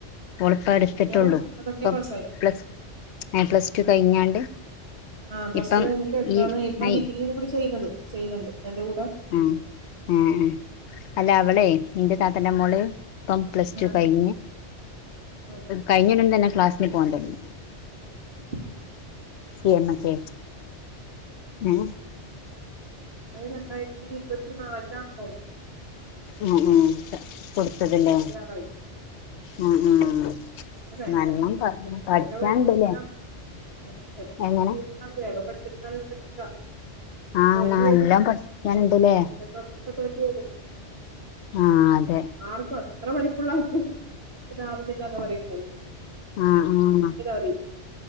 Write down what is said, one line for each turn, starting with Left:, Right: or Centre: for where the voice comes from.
Left: ഓള് പ്പട്ത്ത്ട്ടൊള്ളൂ
Right: ഇന്ററും അതൊക്കെ
Left: ഇപ്പം
Right: പാസ്സായി
Left: പ്ലസ് ഏ പ്ലസ് ടു കഴിഞ്ഞാണ്ട്
Right: ആഹ് പ്ലസ്
Left: ഇപ്പം
Right: ടു കഴിഞ്ഞിട്ട് എടുത്തതാണ്
Left: ഈ
Right: ഇപ്പം
Left: ആഹ്
Right: ഡിഗ്രിയും കൂടെ ചെയ്യ്ന്നത് ചെയ്യ്ന്ന്ണ്ട് അയ്ന്റെ കൂടെ
Left: ഉം ഉം ഉം അല്ല അവളേയ് നിന്റെ താത്തന്റെ മോള് പ്പം പ്ലസ് ടു
Right: ആഹ്
Left: കഴിഞ്ഞ്
Right: ആഹ്
Left: കഴിഞ്ഞുടൻ തന്നെ ക്ലാസ്സിന് പോകാൻ തുടങ്ങിക്ക്ണ്
Right: അഹ്
Left: സി എം എക്കെയ് ഉം
Right: അതായത് രണ്ടായിരത്തി ഇരുപത്തി നാലില് ആണ് തോന്നും
Left: ഉം ഉം കൊടുത്തത്
Right: ഇരുപത്തി
Left: ല്ലേ
Right: ആറായില്ല
Left: ഉം ഉം
Right: ആഹ് ഭയങ്കരം
Left: നല്ലോം
Right: പഠിക്കാൻ
Left: പഠിക്കാനുണ്ടല്ലേ
Right: ഒക്കെ ഭയങ്കര കൂടുതലാണ് ഉം പഠിക്കാൻ
Left: എങ്ങനെ
Right: കു - ആ വേഗം പഠിച്ചെടുക്കാൻ ഒന്നും പറ്റൂല്ല
Left: ആഹ്
Right: തോറ്റു
Left: നല്ലോം
Right: പോകും
Left: പഠിക്കാനുണ്ടല്ലേ
Right: പരീക്ഷക്ക് ഒക്കെ ഇപ്പ തോറ്റു പോകും
Left: ആഹ് അതെ
Right: ആർക്കും അത്ര പഠിപ്പുള്ള ആർക്കും ഇതാവുന്നില്ല എന്ന പറയും
Left: ആഹ ആഹ്
Right: പറയുന്നത്